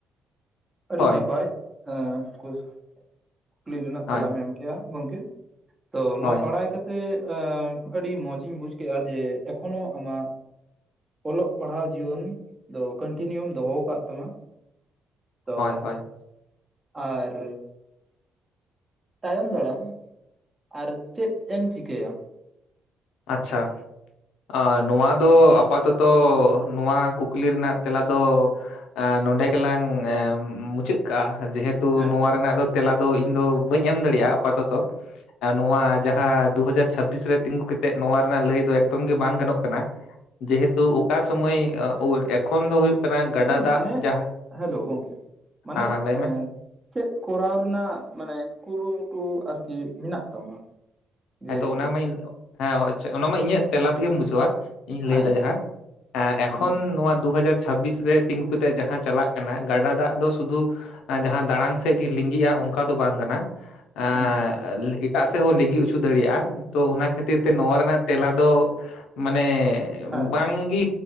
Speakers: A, on the right; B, on the left.
A: ᱟᱹᱰᱤ
B: ᱦᱳᱭ
A: ᱱᱟᱯᱟᱭ ᱟᱸ ᱠᱩᱠᱞᱤ ᱨᱮᱱᱟᱜ
B: ᱦᱳᱭ
A: ᱛᱮᱞᱟᱢ ᱮᱢ ᱠᱮᱜᱼᱟ ᱜᱚᱝᱠᱮ᱾ ᱛᱚ
B: ᱦᱳᱭ,
A: ᱱᱚᱣᱟ ᱵᱟᱲᱟᱭ ᱠᱟᱛᱮᱜ ᱟ ᱟᱹᱰᱤ ᱢᱚᱸᱡᱽ ᱤᱧ ᱵᱩᱡᱽ ᱠᱮᱜᱼᱟ ᱡᱮ ᱮᱠᱷᱚᱱᱳ ᱟᱢᱟᱜ ᱚᱞᱚᱜ ᱯᱟᱲᱦᱟᱣ ᱡᱤᱭᱚᱱ ᱫᱚ ᱠᱚᱱᱴᱤᱱᱤᱭᱩᱢ ᱫᱚᱦᱚ ᱠᱟᱫ ᱛᱟᱢᱟ ᱛᱚ
B: ᱦᱳᱭ, ᱦᱳᱭ,
A: ᱟᱨ ᱛᱟᱭᱚᱢ ᱫᱟᱲᱟᱢ ᱟᱨ ᱪᱮᱫ ᱮᱢ ᱪᱤᱠᱟᱹᱭᱟ?
B: ᱟᱪᱷᱟ ᱟ ᱱᱚᱣᱟ ᱫᱚ ᱟᱯᱟᱛᱚᱛᱚ ᱱᱚᱣᱟ ᱠᱩᱠᱞᱤ ᱨᱮᱱᱟᱜ ᱛᱮᱞᱟ ᱫᱚ ᱱᱚᱱᱰᱮ ᱜᱮᱞᱟᱝ ᱢᱩᱪᱟᱹᱫ ᱠᱟᱜᱼᱟ ᱡᱮᱦᱮᱛᱩ
A: ᱦᱮᱸ
B: ᱱᱚᱶᱟᱸ ᱨᱮᱱᱟᱜ ᱛᱮᱞᱟ ᱫᱚ ᱤᱧ ᱫᱚ ᱵᱟᱹᱧ ᱮᱢ ᱫᱟᱲᱮᱭᱟᱜᱼᱟ ᱟᱯᱟᱛᱚᱛᱚ ᱟᱨ ᱱᱚᱣᱟ ᱡᱟᱦᱟᱸ ᱫᱩᱦᱟᱡᱟᱨ ᱪᱷᱟᱵᱽᱵᱤᱥ ᱨᱮ ᱛᱤᱸᱜᱩ ᱠᱟᱛᱮ ᱱᱚᱣᱟ ᱨᱮᱱᱟᱜ ᱞᱟᱹᱭ ᱫᱚ ᱮᱠᱫᱚᱢ ᱜᱮ ᱵᱟᱝ ᱜᱟᱱᱚᱜ ᱠᱟᱱᱟ᱾ ᱡᱮᱦᱮᱛᱩ ᱚᱠᱟ ᱥᱟᱹᱢᱟᱹᱭ ᱟᱜ ᱳᱞ ᱮᱠᱷᱚᱱ ᱫᱚ ᱠᱟᱱᱟ ᱜᱟᱰᱟ
A: ᱦᱳᱸ
B: ᱫᱟᱜ
A: ᱢᱟᱱᱮ
B: ᱡᱟᱦᱟᱸ
A: ᱦᱮᱞᱳ ᱜᱚᱢᱠᱮ ᱢᱟᱱᱮ
B: ᱦᱮᱸ ᱦᱮᱸ ᱞᱟᱹᱭ
A: ᱮ
B: ᱢᱮ
A: ᱪᱮᱫ ᱠᱚᱨᱟᱣ ᱨᱮᱱᱟᱜ ᱢᱟᱱᱮ ᱠᱩᱲᱩᱢᱩᱴᱩ ᱟᱨᱠᱤ ᱢᱮᱱᱟᱜ ᱛᱟᱢᱟ? ᱡᱮ
B: ᱦᱮᱸ ᱛᱚ ᱚᱱᱟ ᱢᱟᱹᱧ ᱦᱮᱸ ᱟᱪᱷᱟ ᱚᱱᱟ ᱢᱟ ᱤᱧᱟᱹᱜ ᱛᱮᱞᱟ ᱛᱮᱜᱮᱢ ᱵᱩᱡᱷᱟᱹᱣ᱾ ᱤᱧ ᱞᱟᱹᱭᱫᱟ
A: ᱦᱮᱸ
B: ᱡᱟᱦᱟᱸ ᱮ ᱮᱠᱷᱚᱱ
A: ᱦᱩᱸ
B: ᱱᱚᱣᱟ ᱫᱩ ᱦᱟᱡᱟᱨ ᱪᱷᱟᱵᱽᱵᱤᱥ ᱨᱮ ᱛᱤᱸᱜᱩ ᱠᱟᱛᱮᱜ ᱡᱟᱦᱟᱸ ᱪᱟᱞᱟᱜ ᱠᱟᱱᱟ ᱜᱟᱰᱟ ᱫᱟᱜ ᱫᱚ ᱥᱩᱫᱩ ᱡᱟᱦᱟᱸ ᱫᱟᱲᱟᱝ ᱥᱮᱷ ᱜᱮ ᱞᱤᱸᱜᱤᱜᱼᱟ ᱚᱱᱠᱟ ᱫᱚ ᱵᱟᱝ ᱠᱟᱱᱟ᱾ ᱟᱜ
A: ᱦᱩᱸ
B: ᱮᱴᱟᱜ ᱥᱮᱫ ᱦᱚᱸ ᱞᱤᱸᱜᱤ <unintelligible> ᱫᱟᱲᱮᱭᱟᱜᱼᱟ ᱛᱚ ᱚᱱᱟ ᱠᱷᱟᱹᱛᱤᱨ ᱛᱮ ᱱᱚᱣᱟ ᱨᱮᱱᱟᱜ ᱛᱮᱞᱟ ᱫᱚ ᱢᱟᱱᱮ
A: ᱦᱮᱸ
B: ᱵᱟᱝᱜᱤ